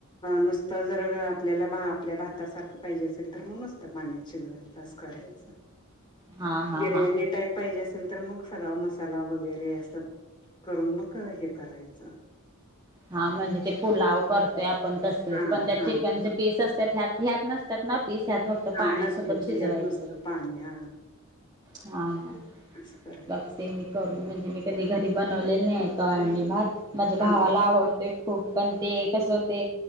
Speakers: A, on the left (about 20°); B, on the right (about 20°).
A: नुसत जर आपल्याला भात. आपल्या भातासारखं पाहिजे असेल तर मग नुसतं पाण्यात शिजवायचं असस करायच.
B: हा हा
A: बिर्याणी
B: हा.
A: टाईप पाहिजे असेल तर मग सगळा मसाला वगैरे. व अस करून मग हे करायचं.
B: हा म्हणजे ते पुलाव करतोय आपण तस
A: हा
B: पण त्यात
A: हा
B: चिकनच पीस असत त्यात ह्यात ह्यात नसतात ना पीस ह्यात फक्त
A: हा
B: पाण्यासोबत
A: नसते
B: शिजवायच.
A: ह्यात नुसतं पाणी हा
B: हा हा
A: असं करायचं
B: बघ
A: असते
B: ते मी करून म्हणजे मी कधी घरी बनवलेले नाही आजून. आळनी भात माझ्या भावाला
A: हा
B: आवडतो खूप पण ते कस होते.